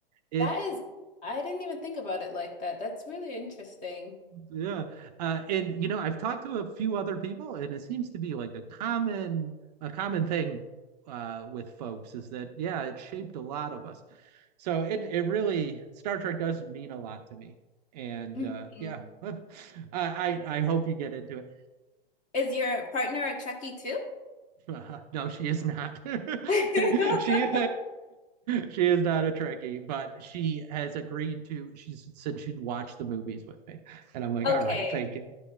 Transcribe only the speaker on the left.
That is, I didn't even think about it like that. That's really interesting.
Mhm.
Is your partner a Trekkie too?
<laughs>
Okay,